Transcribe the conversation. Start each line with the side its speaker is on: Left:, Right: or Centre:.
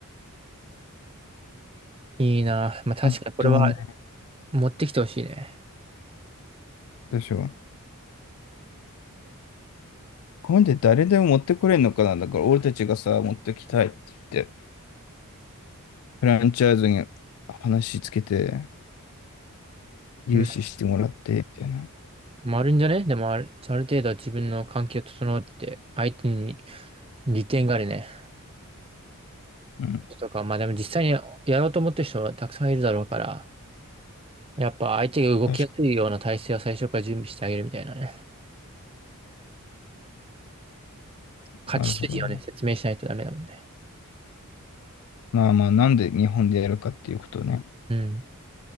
Right: いいな。まあ、確かにこれは
Left: あとはね、
Right: 持ってきてほしいね。
Left: どうしよう。これで誰でも持ってこれんのかなだから俺たちがさ、持ってきたいって言って、フランチャイズに話つけて、融資してもらって、
Right: うん。
Left: みたいな。
Right: まあ、あるんじゃねでもある、ある程度自分の関係を整って、相手に利点があるね。
Left: うん。
Right: とか、まあでも実際にやろうと思ってる人はたくさんいるだろうから、やっぱ相手が動きやすいような体制を最初から準備してあげるみたいなね。
Left: 確かに。
Right: 勝ち筋をね、
Left: なるほど。
Right: 説明しないとダメだもんね。
Left: まあまあ、なんで日本でやるかっていうことね。
Right: うん。